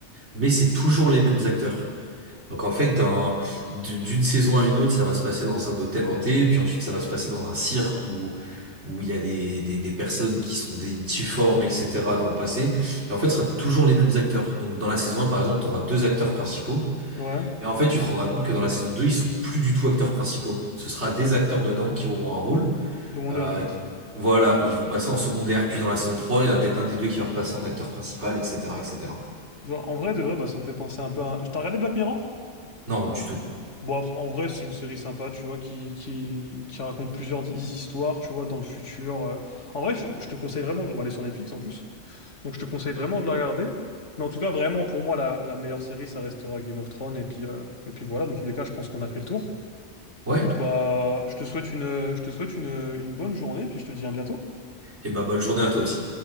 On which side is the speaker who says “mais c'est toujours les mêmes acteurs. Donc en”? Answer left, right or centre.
Right